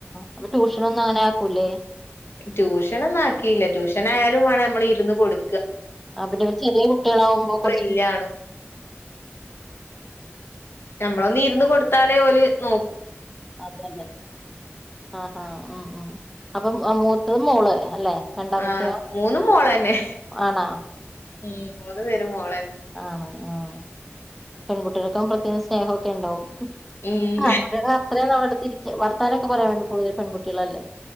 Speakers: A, in the centre; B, on the left (about 60°).
A: അപ്പൊ ട്യൂഷന ഒന്നും അങ്ങനെ ആക്കൂല്ലേ
B: ട്യൂഷന് ന്നും ആാക്കിയില്ല ട്യൂഷന് ആയാലും വേണം മ്മള്ഇരുന്ന് കൊടു
A: ആ പിന്നെര് ചെറിയ കുട്ടികളാവുമ്പോ കുറച്ച്
B: ഇല്ലാണും നമ്മളൊന്ന് ഇരുന്ന് കൊടുത്താലേ ഓല് നോ
A: അതെന്നെ ആഹ് ഹഹ ഉ ഉ അപ്പം ഇത് മോള് അല്ലെ രണ്ടാമത്തെയോ
B: ആഹ മൂന്നും മോളെന്നെ
A: ആണാ
B: മ്മ് ഇന്ന് വരും മോളെ
A: ആണ ആഹ പെൺകുട്ടൾക്കെ പ്രത്യേക സ്നേഹൊക്കെ ഉണ്ടാവും
B: ഉം
A: ആ അത്രയും അരിക്ക വർത്താനക്കെ പറയാൻ വേണ്ടി കൂടുതൽ പെൺകു കളല്ലേ